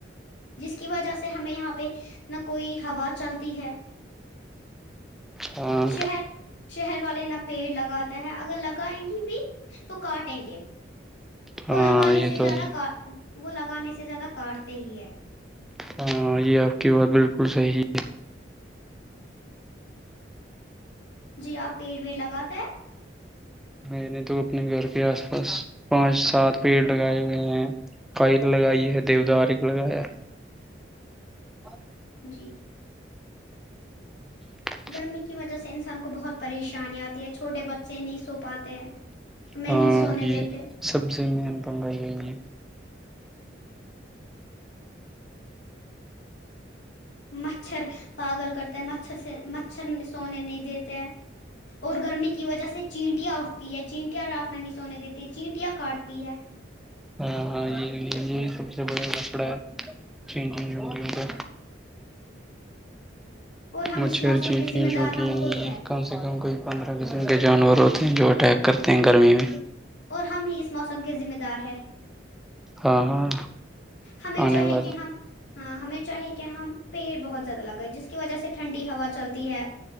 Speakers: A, on the left; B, in the centre.
A: جس کی وجہ سے ہمیں یہاں پہ نہ کوئی ہوا چلتی ہے
B: ہاں
A: شہر شہر والے نہ پیڑ لگاتے ہے اگر لگائیں گی بھی تو کاٹیں گے
B: ہاں
A: وہ لگانے
B: یہ
A: سے
B: تو
A: زیادہ کا وہ لگانے سے زیادہ کاٹتے ہی ہے
B: ہاں یہ آپ کی بات بالکل صحیح
A: جی آپ پیڑ ویڑ لگاتا ہے
B: میں نے تو اپنے گھر کے آس پاس پانچ سات پیڑ لگائے ہوئے ہیں فائل لگائی ہے دیوودارک لگایا ہاں
A: ہیں جی
B: ج جی
A: گرمی کی وجہ سے انسان کو بہت پریشانی آتی ہے چھوٹے بچے نہیں سو پاتے ہمیں
B: ہاں
A: نہیں سونے
B: یہ
A: دیتے
B: سبزی میںین بنگائی ہیں
A: مچھر پاگل کرتے ہیں مچھر مچھر سے مچھر سونے نہیں دیتے ہیں اور گرمی کی وجہ سے چینٹیاں تی ہے چینٹیا راف مڈی سونے دیتی ہے چینٹیاں کاٹتی ہے
B: ہاں ہاں جی سب سے بڑا کپڑا ہے چینج ہوگی ہوگا
A: اور ہم
B: مچھر
A: اس موسم
B: چینٹی
A: کے ذمہ
B: چٹی
A: دار ہم خود ہے
B: کم سے کم کوئی پندرہ قسم
A: ہاں
B: کے جانور ہوتے جو اٹیک کرتے ہیں گرمی میں
A: ہاں اور ہم ہی اس موسم کے ذمہ دار ہیں
B: ہاں ہاں
A: ہمیں
B: آنے
A: چاہے
B: والے
A: کہ ہم ہاں ہمیں چاہیے کہ ہم پیڑ بہت زیادہ لگا جس کی وجہ سے ٹھنڈی ہوا چلتی ہے